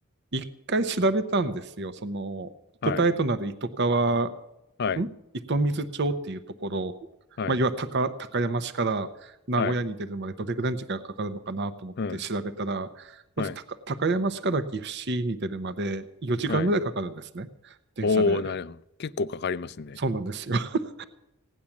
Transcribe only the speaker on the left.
はい。
はい。
はい。
はい。うん。
はい。
はい。
おー、なるほど。結構かかりますね。